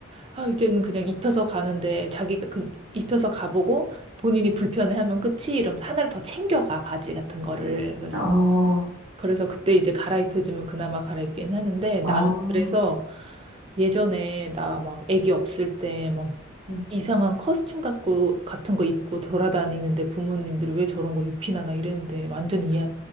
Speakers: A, on the right; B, on the right.
A: 아, 이제는 그냥 입혀서 가는데 자기가 그 입혀서 가보고 본인이 불편해하면 끝이 이러면서 하나를 더 챙겨가 바지 같은 거를. 그래서
B: 어,
A: 그래서 그때 이제 갈아입혀주면 그나마 갈아입긴 하는데 나는
B: 어,
A: 그래서 예전에 나 막 애기 없을 때 막
B: 음.
A: 이상한 커스튬 갖고 같은 거 입고 돌아다니는데 부모님들이 왜 저런 걸 입히나 나 이랬는데 완전 이해